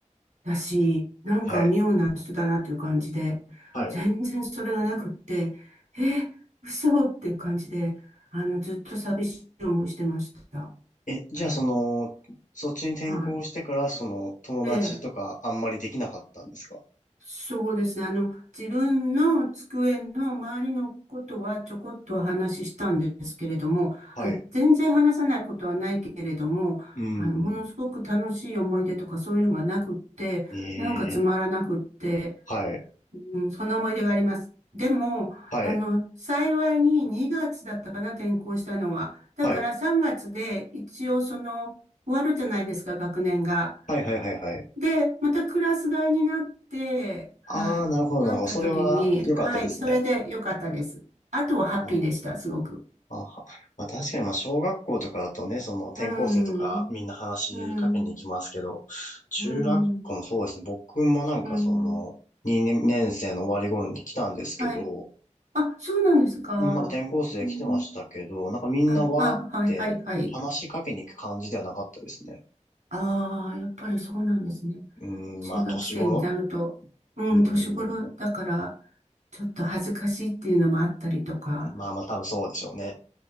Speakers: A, on the right; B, on the left.
A: だし、なんか妙な人だなっていう感じで、
B: はい。はい。
A: 全然それがなくって、えー、嘘っていう感じで、あの、ずっと寂しい思いしてました。
B: え、じゃあその、
A: うん、
B: そっちに転校してから、
A: は
B: その、友達とかあんまりできなかったんですか
A: い。でそうですね。あの、自分の机の周りのことはちょこっとは話したんですけれども、
B: はい。
A: あの、全然話さないことはないけれども、
B: うん。
A: あの、ものすごく楽しい思い出とかそういうのがなくって、
B: え
A: なんかつまらなくって、
B: え。はい。
A: うん、そんな思い出があります。でも、
B: はい。
A: あの、幸いに2月だったかな、転校したのは。だから3月で一応その、
B: はい。
A: 終わるじゃないですか、学年が。
B: はいはいはいはい。
A: で、またクラス替えになって、はい、
B: ああ、なるほどなるほど。
A: なった時に、
B: それは良かったですね。
A: はい、それで良かったです。あとはハッピーでした、
B: あは、
A: すごく。
B: あは。まあ確かにまあ小学校とかだとね、その転校生とかみんな話しかけに行きますけど、
A: うん、うん、
B: 中学校もそうですね。
A: うん、
B: 僕もなんかその、
A: うん、
B: 2年生の終わり頃に来たんですけど、
A: はい。あ、そうなんですか。
B: うんなんか転校生来てましたけど、
A: うん、
B: なんかみんなわーって話しかけに行く感じではなかったですね。
A: あ、あ、はい、はい、はい。ああ、やっぱりそうなんですね。
B: うん、
A: 中学生になると、
B: まあ年頃
A: うん、
B: うん、
A: 年頃だから、ちょっと恥ずかしいっていうのもあったりとか。
B: まあまあ多分そうでしょうね。